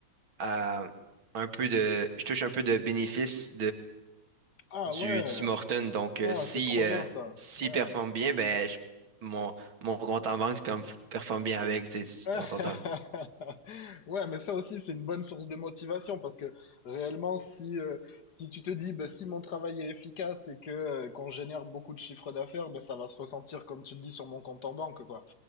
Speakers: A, on the right (about 70°); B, on the left (about 50°).
A: à un peu de, je touche un peu de bénéfices
B: Ah
A: du
B: ouais,
A: Tim Horton. Donc,
B: ah,
A: euh, si,
B: c'est trop
A: euh,
B: bien ça,
A: s'il
B: ouais.
A: performe bien, ben, je- mon, mon compte en banque perm- performe bien avec, tu sais,
B: <laughs>
A: on s'entend.
B: Ouais, mais ça aussi, c'est une bonne source de motivation parce que réellement, si, euh, si tu te dis, bah, si mon travail est efficace et que euh, qu'on génère beaucoup de chiffres d'affaires, bah, ça va se ressentir, comme tu le dis, sur mon compte en banque, quoi.